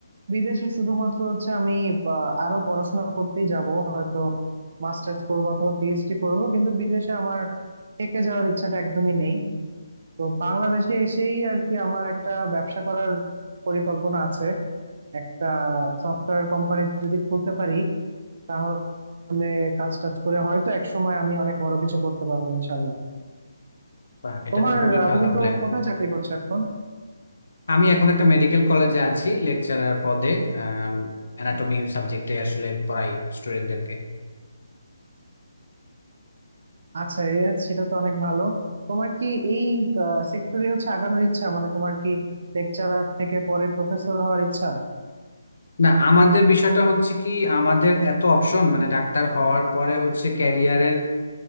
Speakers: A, on the right; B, on the left.
A: বিদেশে শুধুমাত্র হচ্ছে আমি আহ, আরো পড়াশোনা করতেই যাব হয়তো মাস্টার্স করবো অথবা পিএইচডি করব কিন্তু বিদেশে আমার থেকে যাওয়ার ইচ্ছাটা একদমই নেই তো বাংলাদেশে এসেই আর কি আমার একটা ব্যবসা করার পরিকল্পনা আছে একটা সফটওয়্যার কোম্পানি যদি খুলতে পারি তাহলে কাজ টাজ করে হয়তো এক সময় আমি অনেক বড় কিছু করতে পারবো ইনশাল্লাহ
B: বাহ এটা
A: তোমার
B: তো খুবই
A: আহ,
B: ভালো
A: তুমি তো
B: প্ল্যান
A: কোথায় চাকরি করছো এখন
B: আমি এখন একটা মেডিকেল কলেজে আছি লেকচারার পদে অ্যানাটমি সাবজেক্টে আসলে পড়াই স্টুডেন্টদেরকে
A: আচ্ছা এ সেটা তো অনেক ভালো তোমার কি এই সেক্টরে হচ্ছে আগানোর ইচ্ছা মানে তোমার কি লেকচারার থেকে পরে প্রফেসর হওয়ার ইচ্ছা
B: না আমাদের বিষয়টা হচ্ছে কি আমাদের এত অপশন মানে ডাক্তার হওয়ার পরে হচ্ছে ক্যারিয়ারের